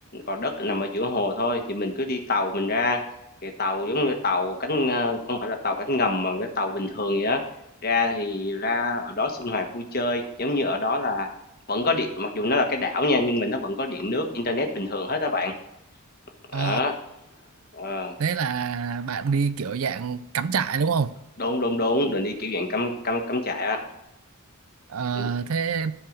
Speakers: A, on the left; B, on the right.
A: gò đất nằm ở giữa hồ thôi thì mình cứ đi tàu mình ra thì tàu giống như tàu cánh à, không phải là tàu cánh ngầm mà cái tàu bình thường vậy đó ra thì ra ở đó sinh hoạt vui chơi giống như ở đó là vẫn có điện mặc dù nó là cái đảo nha nhưng mà nó vẫn có điện nước internet bình thường hết các bạn
B: Ờ,
A: đó ờ.
B: thế là bạn đi kiểu dạng cắm trại đúng không
A: Đúng, đúng, đúng, mình đi kiểu dạng cắm cắm cắm trại á.
B: Ờ,
A: Mình
B: thế